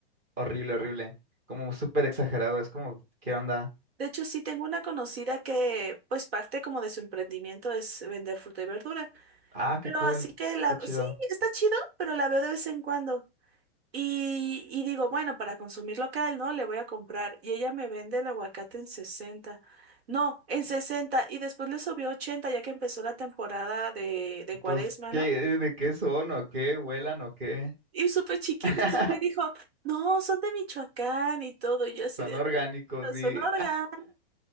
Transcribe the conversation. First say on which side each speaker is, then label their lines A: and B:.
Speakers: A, on the right; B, on the right.
A: Horrible, horrible. Como súper exagerado. Es como, ¿qué onda?
B: de hecho sí tengo una conocida que pues parte como de su emprendimiento es vender fruta y verdura.
A: Ah, qué
B: Pero
A: cool.
B: así que la,
A: Qué chido.
B: sí, está chido, pero la veo de vez en cuando. Y, y digo, bueno, para consumir local, ¿no? Le voy a comprar. Y ella me vende el aguacate en sesenta No, en sesenta Y después le subió 80 ya que empezó la temporada de, de cuaresma,
A: Pues, ¿qué,
B: ¿no?
A: de qué son o qué? ¿Vuelan o qué?
B: Y súper chiquitos.
A: <laughs>
B: Y me dijo, no, son de Michoacán y todo. Y yo así
A: Son
B: de,
A: orgánicos
B: "Ah, son
A: y
B: orgánicos.